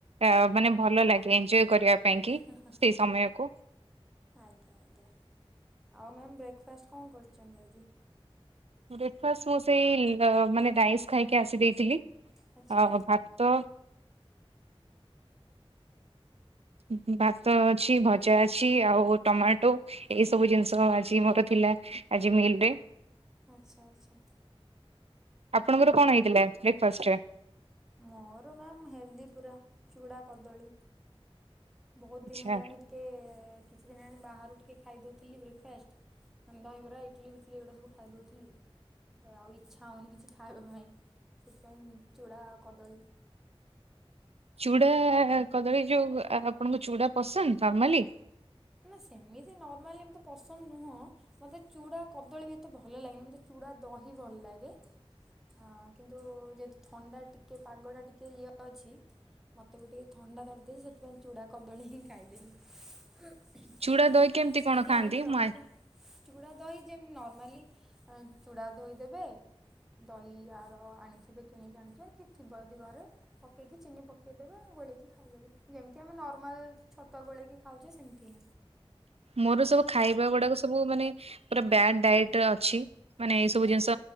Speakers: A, on the right (about 80°); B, in the centre.
A: ଆଁ ମାନେ ଭଲ ଲାଗିବ ଏଞ୍ଜୟ କରିବା ପାଇଁ
B: <unintelligible>
A: କି
B: ଆଜ୍ଞା
A: ସେଇ ସମୟକୁ।
B: ଆଜ୍ଞା ଆଉ ମ୍ୟାମ୍ ବ୍ରେକଫାଷ୍ଟ କଁ କରୁଚନ୍ତି ଆଜି?
A: ବ୍ରେକଫାଷ ମୁଁ ସେଇ ଅ ମାନେ ରାଇସ୍ ଖାଇକି ଆସି ଦେଇଥିଲି
B: ଆଚ୍ଛା।
A: ଅ ଭାତ ଉଁ ଭାତ ଅଛି ଭଜା ଅଛି ଆଉ ଟମାଟୋ ଏଇ ସବୁ ଜିନିଷ ଆଜି ମୋରୋ ଥିଲା ଆଜି ମିଲ <unintelligible>
B: ଆଚ୍ଛା ଆଚ୍ଛା।
A: ଆପଣଙ୍କର କଣ ହେଇଥିଲା ବ୍ରେକଫାଷ୍ଟ ରେ?
B: ମୋରୋ ମ୍ୟାମ୍ ହେଲ୍ଦୀ ପୁରା ଚୁଡ଼ା କଦଳୀ। ବୋହୁତ
A: ଆଚ୍ଛା
B: ଦିନି ହେଲାଣି ଟିକେ କିଛି ଦିନି ହେଲାଣି ବାହାରୁ ଟିକେ ଖାଇଦୋଉଥିଲି ବ୍ରେକଫାଷ୍ଟ। ମାନେ ଦହିବରା ଇଟଲି ଫିଟଲି ଏଗୁଡ଼ା ସବୁ ଖାଇଦୋଉଥିଲି। ତ ଆଉ ଇଚ୍ଛା ହୋଉନି କିଛି ଖାଇବା ପାଇଁ ସେଥିପାଇଁ ଚୂଡ଼ା ଆଉ କଦଳୀ
A: ଚୁଡା କଦଳୀ ଯୋଉ ଆପଣଙ୍କୁ ଚୁଡା ପସନ୍ଦ ନର୍ମାଲି।
B: ନା ସେମିତି ନର୍ମାଲି ମତେ ପସନ୍ଦ ନୁହଁ। ମତେ ଚୂଡ଼ା କଦଳୀ ବି ଏତେ ଭଲ ଲାଗେନି ମତେ ଚୂଡ଼ା ଦହି ଭଲ ଲାଗେ। ଅଁ କିନ୍ତୁ ଯେହେତୁ ଥଣ୍ଡା ଟିକେ ପାଗ ଟା ଟିକେ ଇଏ ଅଛି। ମୋତେ ବି ଟିକେ ଥଣ୍ଡା ଧରୀଦେଇଚି ସେଥିପାଇଁ ଚୁଡ଼ା କଦଳୀ ହିଁ ଖାଇଦେଲି।
A: ଚୁଡା
B: ମୁଁ
A: ଦହି
B: ଫ୍ରୁଟ୍ସ
A: କେମିତି କଣ
B: ଟିକେ
A: ଖାଆନ୍ତି
B: ଆଣିକି ରଖେ
A: ମୁଁ
B: ଚୁଡ଼ା ଦହି <unintelligible> ନର୍ମାଲି। <unintelligible> ଚୂଡ଼ା ଧୋଇଦେବେ ଦହି ଆର ଆଣିଥିବେ କିଣିକି ଆଣିଥିବେ କି ଥିବ ଯଦି ଘରେ। ପକେଇକି ଚିନି ପକେଇଦେବେ ଗୋଳେଇକି ଖାଇଦେବେ ଯେମିତି ଆମେ ନର୍ମାଲ ଛତୁଆ ଗୋଳେଇକି ଖାଉଚେ ସେମି ତି।
A: ମୋରୋ ସବୁ ଖାଇବା ଗୁଡାକ ସବୁ ମାନେ ପୁରା ବ୍ୟାଡ୍ ଡାଏଟ୍ ଅଛି ମାନେ ଏଇ ସବୁ ଜିନଷ